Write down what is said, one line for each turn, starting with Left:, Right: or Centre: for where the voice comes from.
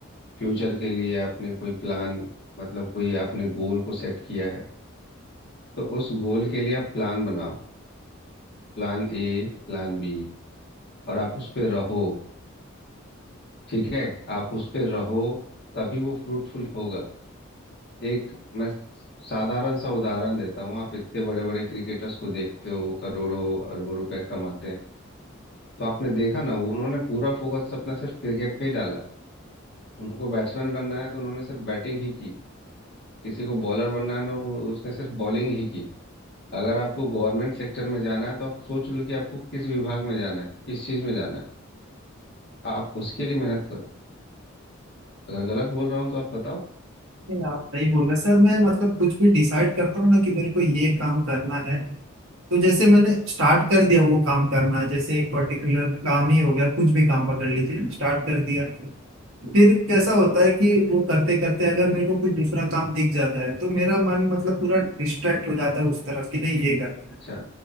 Left: फ्यूचर के लिए आपने कोई प्लान मतलब कोई आपने गोल को सेट किया है तो उस गोल के लिए आप प्लान बनाओ प्लान ए प्लान बी और आप उस पे रहो ठीक है आप उस पे रहो तभी वो फ्रूटफुल होगा एक मैं साधारण सा उदाहरण देता हूँ आप इतने बड़े बड़े क्रिकेटर्स को देखते हो वो करोड़ों अरबों रुपए कमाते हैं तो आपने देखा ना उन्होंने पूरा फोकस अपना सिर्फ क्रिकेट पे ही डाला उनको बैट्समैन बनना है तो उन्होंने सिर्फ बैटिंग ही की किसी को बॉलर बनना है तो उसने सिर्फ बॉलिंग ही की अगर आपको गवर्नमेंट सेक्टर में जाना है तो आप सोच लो कि आपको किस विभाग में जाना है किस चीज में जाना है आप उसके लिए मेहनत करो अगर गलत बोल रहा हूँ तो आप बताओ
Right: नहीं, आप सही बोल रहे हैं सर मैं मतलब कुछ भी डिसाइड करता हूँ ना कि मेरे को ये काम करना है तो जैसे मैंने स्टार्ट कर दिया वो काम करना है जैसे एक पर्टिकुलर काम ही हो गया कुछ भी काम पकड़ लीजिए स्टार्ट कर दिया फिर कैसा होता है कि वो करते करते अगर मेरे को कुछ दूसरा काम दिख जाता है तो मेरा मन मतलब पूरा डिस्ट्रैक्ट हो जाता है उस तरफ कि नहीं ये करना है
Left: अच्छा